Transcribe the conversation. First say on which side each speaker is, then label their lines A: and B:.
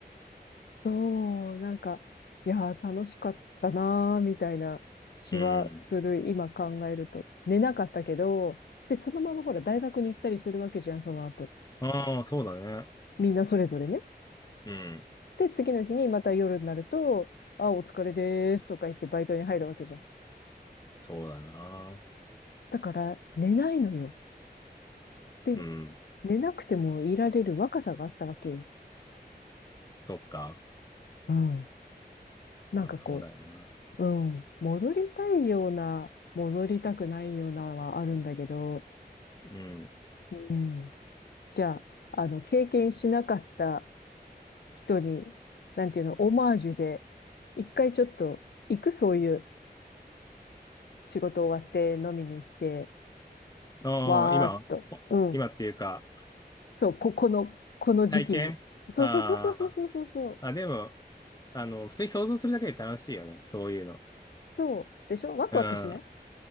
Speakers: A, on the left (about 75°); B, on the left (about 20°).
A: そう、なんか、いやー、楽しかったなー、みたいな気はする、
B: うん。
A: 今考えると。寝なかったけど、で、そのままほら、大学に行ったりするわけじゃん、その後。
B: ああ、そうだね。
A: みんなそれぞれね。
B: うん。
A: で、次の日にまた夜になると、あ、お疲れでーすとか言ってバイトに入るわけじゃん。
B: そうだな。
A: だから、寝ないのよ。で、
B: うん。
A: 寝なくてもいられる若さがあったわけよ。
B: そっか。
A: うん。なんかこ
B: まあ、そうだよな。
A: う、うん。戻りたいような、戻りたくないようなはあるんだけど、
B: うん。
A: うん。じゃあ、あの、経験しなかった人に、なんていうの、オマージュで、一回ちょっと、行くそういう仕事終わって飲みに行って、
B: ああ、
A: わーっと。
B: 今、お今っていうか
A: うん。そう、こ、この、
B: <laughs>
A: この時期に。
B: 体験あ
A: そうそうそうそうそうそうそうそう。
B: あー。あ、でも、あの、普通に想像するだけで楽しいよね。そういうの。
A: そうでしょワクワクしない
B: うん。